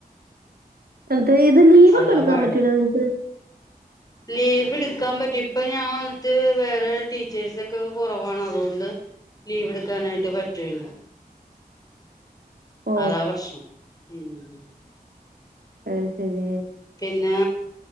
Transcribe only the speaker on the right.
<unintelligible> ലീവൊക്കെ
എടുക്കാൻ
പറ്റൂല്ലോ നിങ്ങക്ക്
ഓ.
അഹ് ശരി